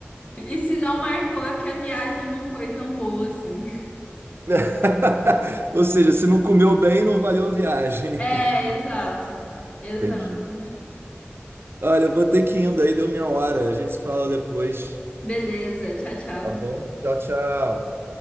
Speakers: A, on the left; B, on the right.
A: E se não marcou é porque a viagem não foi tão boa assim.
B: <laughs> Ou seja, se não comeu bem, não valeu a viagem.
A: É, exato, exato.
B: Entendi. Olha, eu vou ter que ir indo aí, deu minha hora. A gente se fala depois.
A: Beleza, tchau, tchau.
B: Tá bom? Tchau, tchau.